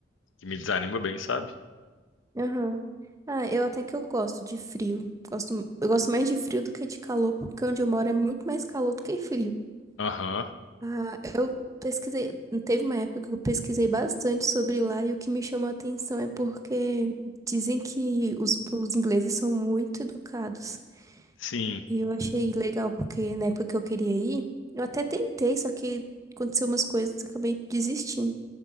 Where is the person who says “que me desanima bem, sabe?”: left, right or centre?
Left